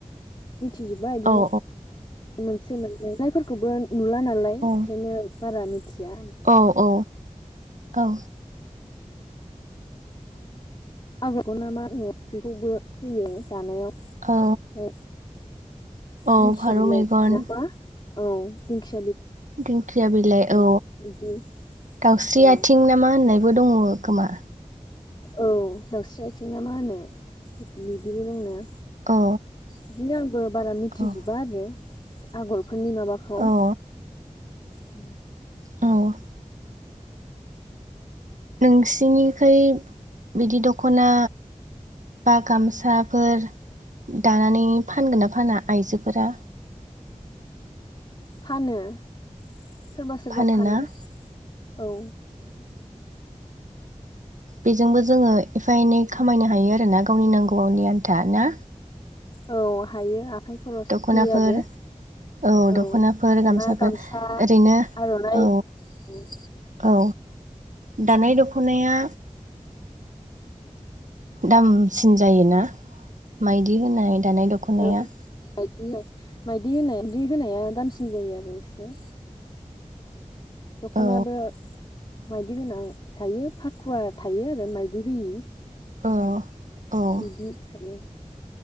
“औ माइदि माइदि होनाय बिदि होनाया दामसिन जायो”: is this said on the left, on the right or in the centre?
Left